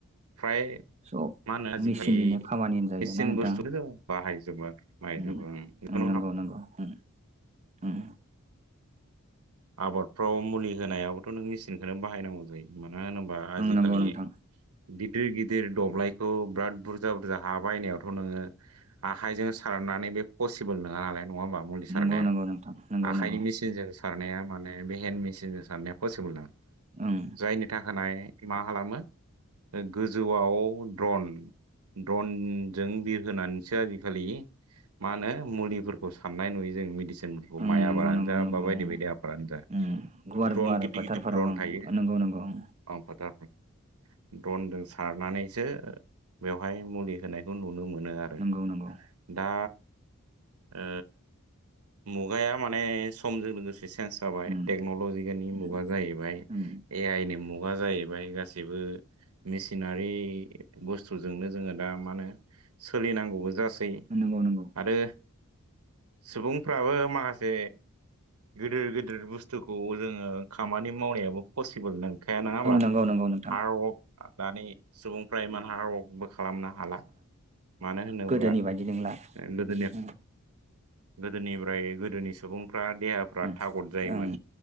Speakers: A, on the right; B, on the right.
A: फ्राय
B: सब
A: मा होनो आजिखालि
B: मेचिननिनो खामानि होनजायो
A: मेचिन
B: ना नोंथां
A: बुस्थु बाहायजोबो बाहायजोबो
B: ओम
A: ओं बेखौ
B: नंगौ नंगौ उम उम।
A: आबादफ्राव मुलि होनायावोथ' नों मेचिनखौनो बाहायनांगौ जायो। मा होनोबा आजिखालि
B: ओं नंगौ नोंथां
A: गिदिर गिदिर दब्लायखौ बिराद बुरजा बुरजा हा बायनायावथ' नोङो आखायजों सार नानै बे पसिबोल नोङा नालाय नङा ओमबा बे मुलि सारनाया
B: नंगौ नंगौ नोंथां नंगौ
A: आखायनि
B: नंगौ
A: मेसिनजों साब्ला सारनाया माने बे हेन्द मेसिनजों सारनाया पसिबोल नङा
B: ओं
A: जायनि थाखानाय मा खालामो गोजौआव द्रन ड्रनजों बिरहोनानैसो आजिखालि मा होनो मुलिफोरखौ साननाय नुयो जों मेदिसिनफोरखौ
B: ओं
A: माइ
B: नंगौ
A: आबादानो
B: नंगौ
A: जा
B: नंगौ
A: बा बायदि
B: ओम
A: बायदि आ जा-
B: ओम गुवार
A: द्रन
B: गुवार
A: गिदिर
B: फोथारफोराव
A: गिदिर द्रन
B: ओं
A: थायो
B: नंगौ नंगौ ओम
A: ओन फाथारफोराव। द्रनजों सारनानैसो बेवहाय मुलि होनायखौ नुनो मो नो आरो
B: नंगौ नंगौ
A: दा ओ मुगाया माने समजों लोगोस चेन्स जाबाय
B: ओम
A: टेक्न'लजि नि मुगा
B: ओम
A: जाहैबाय
B: उम
A: ए आइ नि मुगा जाहैबाय गासि बो मेसिना रि बस्थुजोंनो जों दा मा होनो सोलिनांगौबो जास जयो
B: नंगौ नंगौ
A: आरो सुबुंफ्राबो माखासे गिदिर गिदिर बुस थुखौ जोङो खामानि मावनायाबो पसिबोल नोंखाया नङा होमबा
B: ओं नंगौ नंगौ नोंथां
A: हार्डवर्क दानि सुबुंफ्रा इमान हारवर्कबो खालामनो हाला मानो होनोब्ला
B: गोदोनि बायदि नंला
A: गोदोनि
B: उम
A: गोदोनिब्राय गोदोनि सुबुंफ्रा देहाफ्रा
B: उम
A: थागद जायोमोन।
B: ओं